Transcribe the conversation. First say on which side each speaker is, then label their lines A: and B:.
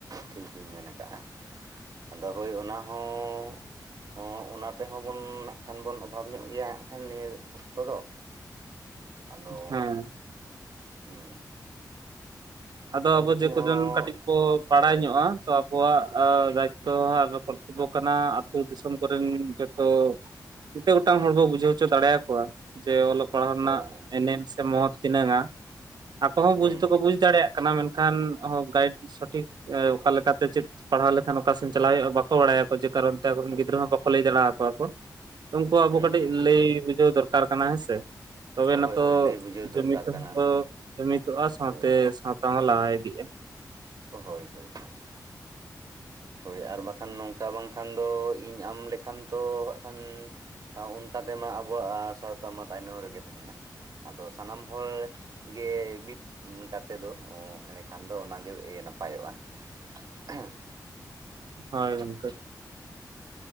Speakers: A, on the right; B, on the right.
A: ᱴᱷᱤᱠ ᱵᱤᱱ ᱢᱮᱱ ᱟᱠᱟᱜᱼᱟ᱾ ᱟᱫᱚ ᱦᱳᱭ ᱚᱱᱟ ᱦᱚᱸ ᱚᱸ ᱚᱱᱟ ᱛᱮᱦᱚᱸ ᱵᱚᱱ ᱱᱟᱜ ᱠᱷᱟᱱ ᱵᱚᱱ ᱚᱵᱷᱟᱵᱽ ᱧᱚᱜ ᱜᱮᱭᱟ ᱦᱟᱸᱜ ᱠᱷᱟᱱ ᱱᱤᱭᱟᱹ ᱚᱠᱛᱚ ᱫᱚ᱾ ᱟᱫᱚ
B: ᱦᱮᱸ
A: ᱦᱩᱸ
B: ᱟᱫᱚ ᱟᱵᱚ
A: ᱱᱩᱠᱩ
B: ᱡᱮᱠᱚᱳᱡᱚᱱ
A: ᱦᱚᱸ
B: ᱠᱟᱹᱴᱤᱡ ᱵᱚ ᱵᱟᱲᱟᱭ
A: ᱦᱳᱭ
B: ᱧᱚᱜᱼᱟ ᱛᱚ ᱟᱵᱚᱣᱟᱜ ᱟ ᱫᱟᱭᱤᱛᱛᱚ ᱟᱨ ᱠᱚᱨᱛᱚᱵᱽᱵᱚ ᱠᱟᱱᱟ ᱟᱛᱩ ᱫᱤᱥᱚᱢ ᱠᱚᱨᱮᱱ ᱡᱚᱛᱚ ᱡᱛᱮ <unintelligible> ᱜᱚᱴᱟᱝ ᱦᱚᱲ ᱵᱚ ᱵᱩᱡᱷᱟᱹᱣ ᱦᱚᱪᱚ ᱫᱟᱲᱮᱭᱟᱠᱚᱣᱟ ᱡᱮ ᱚᱞ ᱯᱟᱲᱦᱟᱣ ᱨᱮᱱᱟᱜ
A: ᱦᱳᱭ ᱦᱳᱭ
B: ᱮᱱᱮᱢ ᱥᱮ ᱢᱚᱦᱚᱛ ᱛᱤᱱᱟᱹᱝᱟ ᱟᱠᱚ ᱦᱚᱸ
A: ᱦᱩᱸ
B: ᱵᱩᱡᱽ ᱫᱚᱠᱚ ᱵᱩᱡᱽ ᱫᱟᱲᱮᱭᱟᱜ- -ᱠᱟᱱᱟ ᱢᱮᱱᱠᱷᱟᱱ ᱦᱚ ᱜᱟᱭᱤᱰ ᱥᱚᱴᱷᱤᱠ ᱮ ᱚᱠᱟ ᱞᱮᱠᱟᱛᱮ ᱪᱮᱫ ᱯᱟᱲᱦᱟᱣ ᱞᱮᱠᱷᱟᱱ ᱚᱠᱟ ᱥᱮᱱ ᱪᱟᱞᱟᱣ ᱦᱩᱭᱩᱜᱼᱟ ᱵᱟᱠᱚ ᱵᱟᱲᱟᱭᱟᱠᱚ ᱡᱮ ᱠᱟᱨᱚᱱᱛᱮ ᱟᱵᱚᱨᱮᱱ ᱜᱤᱫᱽᱨᱟᱹ ᱦᱚᱸ ᱵᱟᱠᱚ ᱞᱟᱹᱭ ᱫᱮᱞᱟ ᱣᱟᱠᱚ ᱣᱟᱠᱚ‌᱾ ᱩᱱᱠᱩ ᱟᱵᱚ
A: ᱦᱩᱸ
B: ᱠᱟᱹᱴᱤᱡ
A: ᱦᱩᱸ ᱦᱩᱸ
B: ᱞᱟᱹᱭ ᱵᱩᱡᱷᱟᱹᱣ ᱫᱚᱨᱠᱟᱨ ᱠᱟᱱᱟ ᱦᱮᱸ ᱥᱮ? ᱛᱚᱵᱮ ᱱᱟᱛᱚ
A: ᱦᱳᱭ ᱦᱳᱭ ᱞᱟᱹᱭ ᱵᱩᱡᱷᱟᱹᱣ ᱫᱚᱨᱠᱟᱨ
B: ᱡᱩᱢᱤᱫᱦᱚ
A: ᱠᱟᱱᱟ
B: ᱡᱩᱢᱤᱫᱚᱜᱼᱟ ᱥᱟᱶᱛᱮ
A: ᱦᱳᱭ
B: ᱥᱟᱶᱛᱟ ᱦᱚᱸ ᱞᱟᱦᱟ ᱤᱫᱤᱜᱼᱟ᱿
A: ᱦᱳᱭ ᱦᱳᱭ ᱦᱳᱭ ᱾ ᱦᱳᱭ ᱟᱨ ᱵᱟᱠᱷᱟᱱ ᱱᱚᱝᱠᱟ ᱵᱟᱝᱠᱷᱟᱱ ᱫᱚ ᱤᱧ ᱟᱢ ᱞᱮᱠᱷᱟᱱ ᱛᱚ ᱦᱟᱸᱜ ᱠᱷᱟᱱ ᱚᱱᱠᱟ ᱛᱮᱢᱟ ᱟᱵᱚᱣᱟᱜ ᱥᱟᱶᱛᱟ ᱢᱟ ᱛᱟᱭᱱᱚᱢ ᱨᱮᱜᱮ ᱛᱟᱦᱮᱱᱟ ᱟᱫᱚ ᱥᱟᱱᱟᱢ ᱦᱚᱲ- -ᱜᱮ ᱢᱤᱫ ᱤᱸ ᱠᱟᱛᱮᱫ ᱫᱚ ᱚᱸ ᱮᱸᱰᱮᱠᱷᱟᱱ ᱫᱚ ᱚᱱᱟᱜᱮ ᱱᱟᱯᱟᱭᱚᱜᱼᱟ᱾ ᱮᱸᱦᱮᱸ᱾
B: ᱦᱳᱭ ᱜᱚᱝᱠᱮ᱾